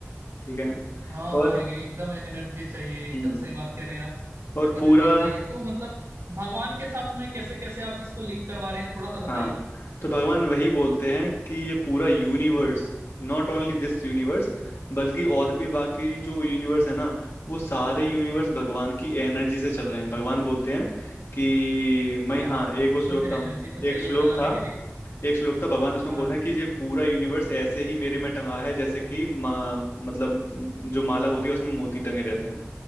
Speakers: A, on the left; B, on the right.
A: ठीक है
B: हाँ
A: और
B: हाँ ये- एकदम एनर्जी चाहिए एकदम
A: हम्म
B: सही बात कह रहे हैं आप
A: और
B: एनर्जी
A: पूरा
B: चाहिए तो मतलब भगवान के साथ में कैसे कैसे आप इसको लिंक करवा रहे हैं थोड़ा सा बताइए
A: हाँ तो भगवान वही बोलते हैं कि ये पूरा universe not only this universe बल्कि और भी बाकी जो यूनिवर्स है ना वो सारे यूनिवर्स भगवान की एनर्जी से चल रहे हैं भगवान बोलते हैं कि मैं
B: हाँ
A: हाँ एक वो श्लोक
B: तो है
A: था
B: एनर्जी तो चाहिए
A: एक श्लोक
B: चलाने
A: था
B: के लिए
A: एक श्लोक था भगवान उसमें
B: हाँ
A: बोल रहे हैं कि ये पूरा यूनिवर्स ऐसे ही मेरे में टंगा है जैसे कि मा, मतलब म, जो माला होती है उसमें मोती टंगे रहते हैं